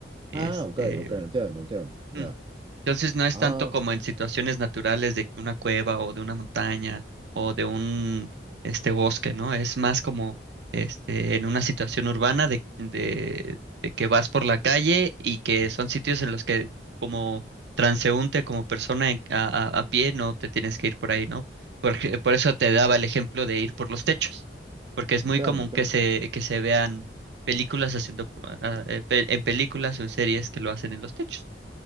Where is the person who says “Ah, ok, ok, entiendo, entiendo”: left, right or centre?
Right